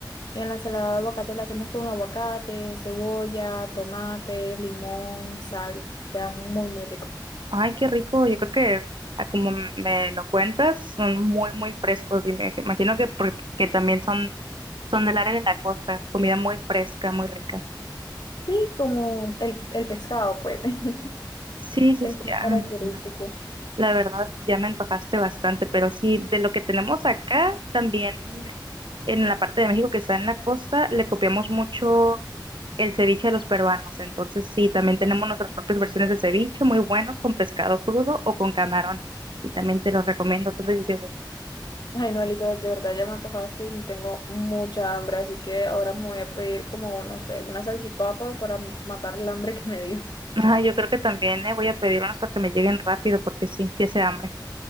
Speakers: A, on the left; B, on the right.
A: en la ensalada de aguacate la hacemos con aguacate, cebolla, tomate, limón, sal. Queda muy, muy rico.
B: Ay, qué rico. Yo creo que a como me lo cuentas, son muy, muy frescos. Y me imagino que porque también son, son del área de la costa. Comida muy fresca, muy rica.
A: Sí, como el, el pescado, pues, <laughs> es
B: Sí, sí,
A: más
B: sí, ya
A: característico.
B: me imagino. La verdad, ya me antojaste bastante, pero sí, de lo que tenemos acá, también en la parte de México que está en la costa, le copiamos mucho el ceviche de los peruanos. Entonces, sí, también tenemos nuestras propias versiones de ceviche, muy buenos, con pescado crudo o con camarón. Y también te los recomiendo, son deliciosos.
A: Ay, no, Elizabeth, de verdad ya me antojaste y tengo mucha hambre, así que ahora me voy a pedir como, no sé, una salchipapa para matar el hambre que me dio. <laughs>
B: Ajá, yo creo que también eh, voy a pedir unas para que me lleguen rápido porque sí, sí hace hambre.